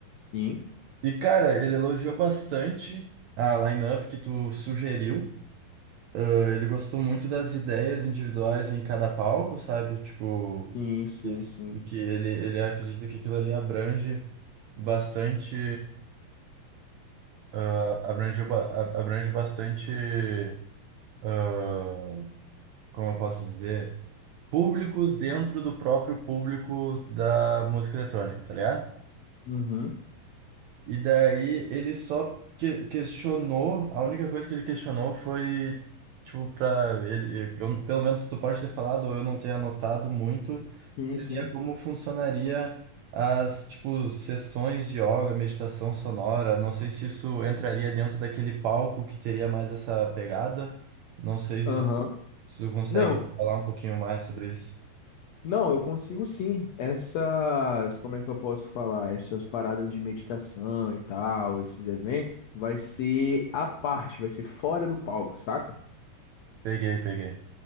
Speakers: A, on the left (about 75°); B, on the right (about 80°).
A: sim,
B: E, cara, ele elogiou bastante a lineup que tu sugeriu. Ah, ele gostou muito das ideias individuais em cada palco, sabe? Tipo,
A: sim, sim,
B: Yes.
A: sim.
B: e que ele, ele acredita que aquilo ali abrange bastante, ah, abrange, ba- a- abrange bastante, ah, como eu posso dizer, públicos dentro do próprio público da música eletrônica, tá ligado?
A: Uhum,
B: E daí ele só que- questionou, a única coisa que ele questionou foi, tipo, pra ele, eu, pelo menos tu pode ter falado ou eu não ter anotado muito,
A: sim,
B: seria
A: sim.
B: como funcionaria as, tipo, sessões de yoga, meditação sonora, não sei se isso entraria dentro daquele palco que teria mais essa pegada, não sei
A: Aham.
B: se, se tu consegue
A: Não,
B: falar um pouquinho mais sobre isso.
A: não, eu consigo sim. Essas, como é que eu posso falar? Essas paradas de meditação e tal, esses eventos, vai ser à parte, vai ser fora do palco, saca?
B: Peguei, peguei.